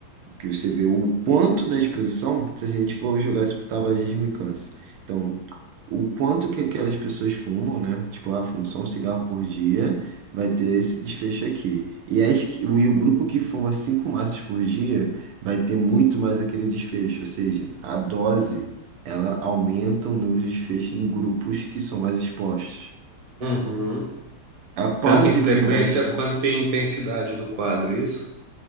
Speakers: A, on the right; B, on the right.
A: Que você vê o quanto da exposição, se a gente for jogar isso pro tabagismo e câncer. Então, o quanto que aquelas pessoas fumam, né? Tipo, ah, fumo só um cigarro por dia, vai ter esse desfecho aqui. E, as, que- e o grupo que fuma cinco maços por dia vai ter muito mais aquele desfecho. Ou seja, a dose, ela aumenta o número de desfecho em grupos que são mais expostos.
B: Uhum.
A: A plausibilidade
B: Tanto em frequência quanto em intensidade do quadro, isso?